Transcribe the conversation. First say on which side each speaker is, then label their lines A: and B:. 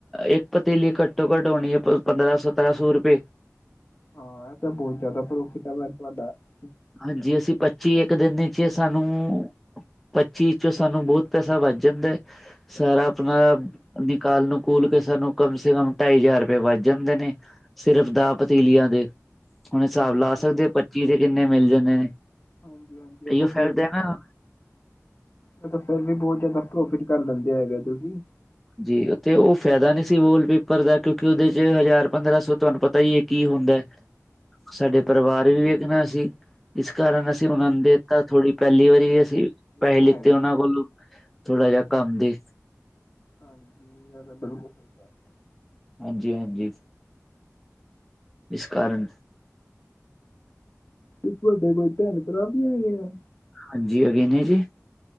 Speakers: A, in the centre; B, on the left.
A: ਇੱਕ ਪਤੀਲੀ ਘੱਟੋ ਘੱਟ ਹੋਣੀ ਹੈ ਪੰਦਰਾਂ- ਸਤਰਾਂ ਸੌ ਰੁਪਏ।
B: ਹਾਂ ਇਹ ਤਾਂ ਬਹੁਤ ਜ਼ਿਆਦਾ ਪਰੋਫਿਟ ਹੈਗਾ ਤੁਹਾਡਾ। ਹਾਂਜੀ
A: ਹਾਂਜੀ, ਅਸੀਂ ਪੱਚੀ ਇੱਕ ਦਿਨ ਚ ਸਾਨੂੰ ਪੱਚੀ ਚੋਂ ਸਾਨੂੰ ਬਹੁਤ ਪੈਸਾ ਵੱਚ ਜਾਂਦਾ ਹੈ ਸਾਰਾ ਮਲਬ,
B: ਹਾਂਜੀ
A: ਨਿਕਾਲ- ਨੁਕੂਲ ਕੇ ਸਾਨੂੰ ਕਮ ਸੇ ਕਮ ਢਾਈ ਹਜ਼ਾਰ ਰੁਪਏ ਵੱਜ ਜਾਂਦੇ ਨੇ। ਸਿਰਫ ਦਾ
B: ਹਾਂ
A: ਪਤੀਲੀਆਂ ਦੇ, ਹੁਣ ਹਿਸਾਬ ਲਾ
B: ਇਹ
A: ਸਕਦੇ
B: ਤਾਂ-
A: ਹੋ ਪੱਚੀ ਦੇ ਕਿੰਨੇ ਮਿਲ ਜਾਂਦੇ ਨੇ?
B: ਹਾਂਜੀ ਹਾਂਜੀ ਇਹ
A: ਇਓ
B: ਤਾਂ
A: ਫਾਈਦੇ ਨਾ‌।
B: ਫੇਰ ਤਾਂ ਔਰ ਵੀ ਬਹੁਤ ਜ਼ਿਆਦਾ ਪ੍ਰੋਫਿਟ ਕਰ ਲੈਂਦੇ ਹੈਗੇ ਤੁਸੀਂ।
A: ਜੀ, ਔਥੇ ਉਹ ਫਾਇਦਾ ਨਹੀਂਸੀ ਵੋਲਪੇਪਰ ਦਾ, ਕਿਉਂਕਿ ਉਹਦੇ ਚ ਹਜ਼ਾਰ ਪੰਦਰਾਂ ਸੌ ਤੁਹਾਨੂੰ ਪਤਾ ਈ ਏ ਕੀ ਹੁੰਦਾ।
B: ਹ।
A: ਸਾਡੇ ਪਰਿਵਾਰ ਵੀ ਵੇਖਣਾ ਅਸੀ। ਇਸ ਕਾਰਨ
B: ਹਾਂਜੀ
A: ਅਸੀਂ ਉਹਨਾਂ
B: ਹਾਂਜੀ
A: ਨੂੰ ਦੇ ਦਿਤਾਂ ਥੋੜੀ ਪਹਿਲੀ ਵਾਰੀ ਵੀ ਅਸੀਂ ਪੈਸੇ
B: ਇਹ ਤਾਂ
A: ਲਿੱਤੇ
B: ਹੈਗਾ
A: ਉਹਨਾਂ ਕੋਲੋਂ। ਥੋੜਾ ਜਿਹਾ
B: ਹਾਂਜੀ
A: ਕੰਮ ਦੇ
B: ਹਾਂਜੀ, ਇਹ ਤਾਂ ਬਿਲਕੁਲ ਸਹੀ ਕਹਿ ਤਾ।
A: ਹਾਂਜੀ -ਹਾਂਜੀ। ਇਸ ਕਾਰਨ।
B: ਤੇ ਤੁਹਾਡੇ ਕੋਈ ਭੈਣ ਭਰਾ ਵੀ ਹੈਗੇ ਆ?
A: ਹਾਂਜੀ, ਹੈਗੇ ਜੇ ਜੀ।